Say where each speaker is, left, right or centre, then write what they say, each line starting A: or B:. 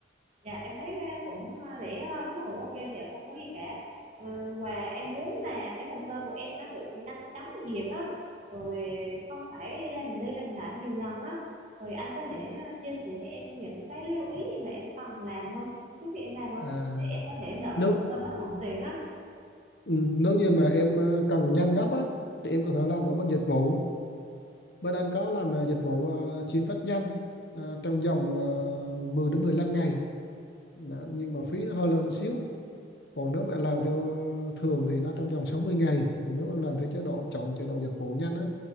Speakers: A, on the right; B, on the left.
A: Dạ em thấy ờ, cũng ờ, rẻ hơn đúng là cũng ok thì không có gì cả Ờ, và em muốn là cái hồ sơ của em nó được nhanh chóng duyệt á rồi không phải làm đi làm lại nhiều lần á rồi anh có thể ờ, chia sẻ cho em những cái lưu ý gì mà em cần làm không trước khi em làm không
B: à,
A: để em có thể nộp
B: nếu
A: hồ sơ nó thuận tiện á
B: ừ, nếu như mà em ờ, cần nhanh gấp á thì em có thể làm ở bên dịch vụ bên anh có làm ờ, dịch vụ ờ, chuyển phát nhanh ờ, trong vòng ờ, 10 đến mười lăm ngày Đó, nhưng mà phí nó hơi lên xíu còn nếu bạn làm theo ờ, thường thì nó trong vòng sáu mươi ngày còn nếu em làm theo chế độ chọn chế độ dịch vụ nhanh á